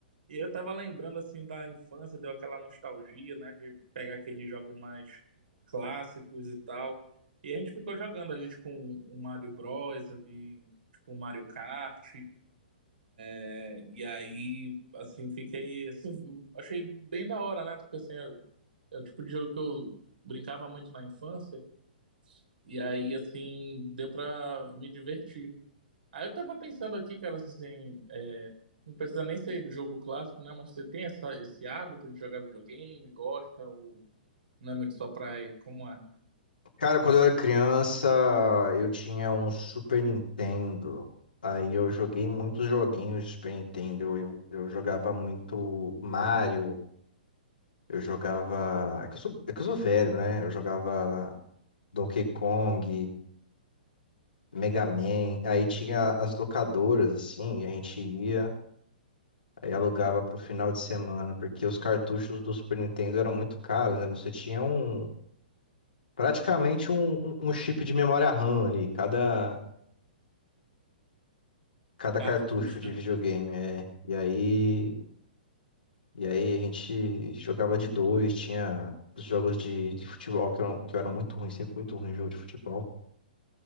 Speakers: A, on the right; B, on the left.
A: E eu tava lembrando assim da infância, deu aquela nostalgia, né, de pegar aqueles jogos mais clássicos e tal. E a gente ficou jogando ali tipo um, um Mario Bros, ali tipo um Mario Kart, é, e aí assim fiquei, assim, achei bem da hora, né? Porque assim, é, é o tipo de jogo que eu brincava muito na infância, e aí assim deu pra me divertir. Aí eu tava pensando aqui, cara, assim, é, não precisa nem ser jogo clássico, né? Mas você tem essa, esse hábito de jogar videogame, gosta, ou não é muito sua praia, como é?
B: Cara, quando eu era criança, eu tinha um Super Nintendo. Aí eu joguei muitos joguinhos de Super Nintendo. Eu, eu jogava muito Mario. Eu jogava. É que eu sou, é que eu sou velho, né? Eu jogava Donkey Kong, Mega Man. Aí tinha as locadoras, assim, e a gente ia. Aí alugava pro final de semana, porque os cartuchos do Super Nintendo eram muito caros, né? Você tinha um praticamente um, um- um chip de memória RAM ali, cada, cada
A: Cartucho,
B: cartucho de
A: né?
B: videogame, é. E aí, e aí a gente jogava de dois, tinha os jogos de, de futebol que eram, que eu era muito ruim, sempre muito ruim em jogo de futebol.